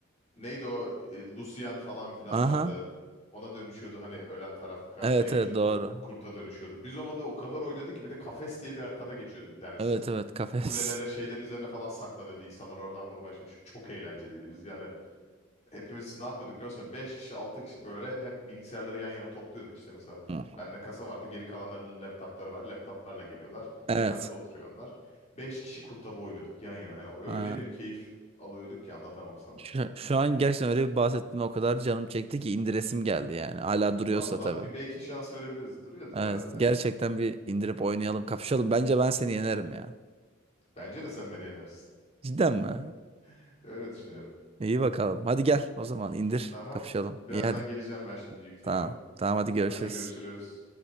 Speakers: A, on the left; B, on the right.
A: Neydi o e, Lucian falan filan
B: Aha.
A: vardı. Ona dönüşüyordu hani ölen taraf karşıya
B: Evet
A: geçiyordu
B: evet doğru.
A: kurt, kurta dönüşüyordu. Biz o modu o kadar oynadı ki bir de kafes diye bir haritada geçiyordu bir tanesi.
B: Evet evet kafes.
A: Kulelere şeylerin üzerine falan saklanıyordu insanlar oradan vurmaya çalışıyor. Çok eğlenceliydi biz yani hepimiz ne yapıyorduk biliyor musun? 5 kişi 6 kişi böyle hep bilgisayarları yan yana topluyorduk işte mesela.
B: Hı.
A: Bende kasa vardı geri kalanlarının laptopları var laptoplarla geliyorlar
B: Evet.
A: yatakta oturuyor onlar. 5 kişi kurtava oynuyorduk yan yana yani
B: Ha.
A: öyle bir keyif alıyorduk ki anlatamam sana.
B: Şu, şu an gerçekten öyle bir bahsettiğime o kadar canım çekti ki indiresim geldi yani. Hala duruyorsa
A: Valla
B: tabii.
A: bir belki şans verebiliriz. Duruyordur
B: Evet,
A: herhalde ya.
B: gerçekten bir indirip oynayalım, kapışalım. Bence ben seni yenerim ya.
A: Bence de sen beni yenersin.
B: Cidden mi?
A: <laughs> Öyle düşünüyorum.
B: <laughs> İyi bakalım. Hadi gel o zaman indir,
A: Tamam.
B: kapışalım.
A: Birazdan
B: İyi hadi.
A: geleceğim ben şimdi yükleyeyim
B: Tamam.
A: onu.
B: Tamam hadi görüşürüz.
A: Hadi görüşürüz.